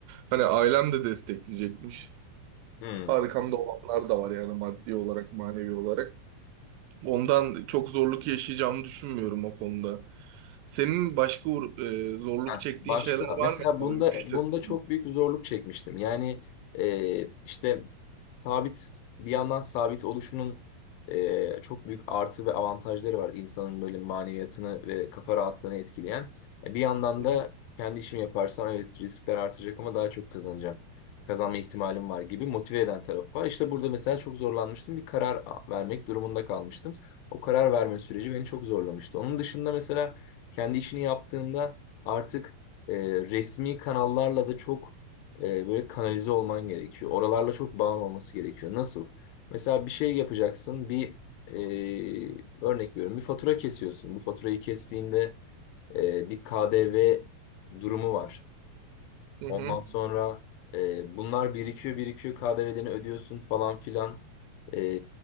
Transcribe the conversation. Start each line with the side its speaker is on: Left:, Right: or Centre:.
Right: Hani ailem de destekleyecekmiş.
Left: Hmm.
Right: Arkamda olanlar da var yani maddi olarak, manevi olarak. Ondan çok zorluk yaşayacağımı düşünmüyorum o konuda. Senin başka uğra- e, zorluk
Left: Ha,
Right: çektiğin
Left: başka.
Right: şeyler
Left: Mesela
Right: var mı abi
Left: bunda
Right: müşteri
Left: bunda
Right: olmak?
Left: çok büyük bir zorluk çekmiştim. Yani e, işte sabit bir yandan sabit oluşunun e, çok büyük artı ve avantajları var. İnsanın böyle maneviyatını ve kafa rahatlığını etkileyen. E, Bir yandan
Right: Hı
Left: da
Right: hı.
Left: kendi işimi yaparsam evet riskler artacak ama daha çok kazanacağım. Kazanma ihtimalim var gibi motive eden tarafı var. İşte burada mesela çok zorlanmıştım. Bir karar a- vermek durumunda kalmıştım. O karar verme süreci beni çok zorlamıştı. Onun dışında mesela kendi işini yaptığında artık e, resmi kanallarla da çok e, böyle kanalize olman gerekiyor. Oralarla çok bağın olması gerekiyor. Nasıl? Mesela bir şey yapacaksın, bir e, örnek veriyorum, bir fatura kesiyorsun. Bu faturayı kestiğinde e, bir KDV durumu var.
Right: Hı
Left: Ondan
Right: hı.
Left: sonra e, bunlar birikiyor birikiyor KDV'lerini ödüyorsun falan filan. E,